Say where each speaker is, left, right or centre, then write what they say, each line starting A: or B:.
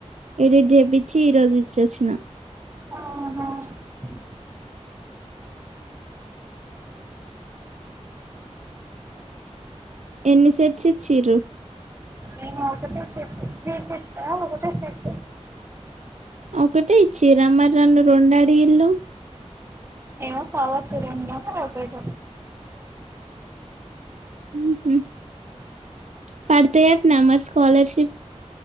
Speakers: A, on the right; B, on the right.
A: ఎడిట్ చేపించి ఈ రోజు ఇచోచిన
B: అహ
A: ఎన్ని సెట్స్ ఇచిరు
B: మేము ఒకటే సెట్ త్రి సెట్స్ ఆహ్ ఒకటే సెట్
A: ఒకటే ఇచ్చిరా మరి నన్ని రెండు అడిగిలు
B: ఏమో పవర్స్ రెండు <unintelligible> ఒకటి
A: హ్మ్ హు పడతే నమ స్కాలర్ ష్